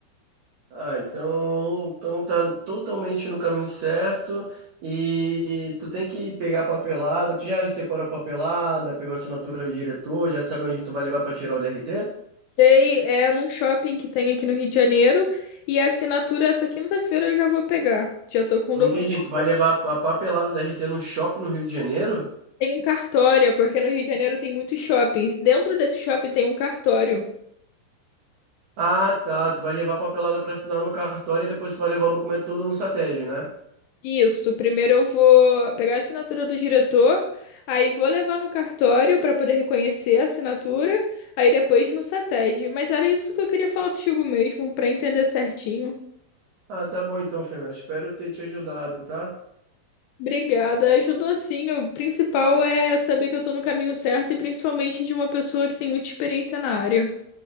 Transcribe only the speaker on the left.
Sei, é num shopping que tem aqui no Rio de Janeiro, e a assinatura essa quinta-feira eu já vou pegar. Já tô com o
documento.
Tem um cartório, porque no Rio de Janeiro tem muitos shoppings. Dentro desse shopping tem um cartório.
Isso, primeiro eu vou pegar a assinatura do diretor, aí vou levar no cartório para poder reconhecer a assinatura, aí depois no CETED. Mas era isso que eu queria falar contigo mesmo, para entender certinho.
Obrigada, ajudou sim. O principal é saber que eu tô no caminho certo e principalmente de uma pessoa que tem muita experiência na área.